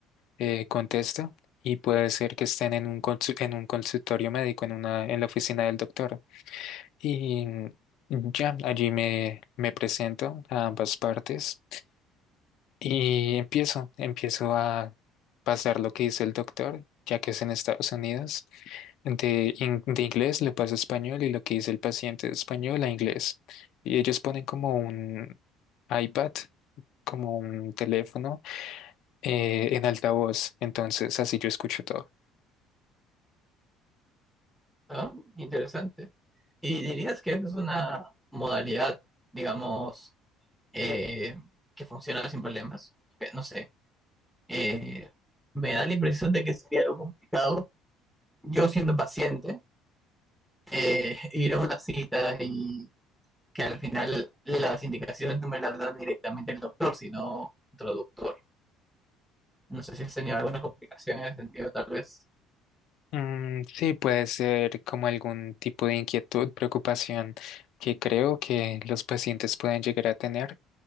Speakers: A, on the left; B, in the centre.
A: eh, contesta y puede ser que estén en un, consu- en un consultorio médico, en una, en la oficina del doctor. Y ya, allí me, me presento a ambas partes y empiezo, empiezo a pasar lo que dice el doctor, ya que es en Estados Unidos. De, in- de inglés lo paso a español y lo que dice el paciente de español a inglés. Y ellos ponen como un iPad como un teléfono eh, en altavoz, entonces así yo escucho todo.
B: Ah, Interesante. ¿Y dirías que esa es una modalidad, digamos, eh, que funciona sin problemas? Eh, No sé, eh, me da la impresión de que sería algo complicado yo siendo paciente, eh, ir a una cita y que al final las indicaciones no me las da directamente el doctor, sino traductor. No sé si has tenido alguna complicación en ese sentido, tal vez.
A: Mm, sí, puede ser como algún tipo de inquietud, preocupación que creo que los pacientes pueden llegar a tener,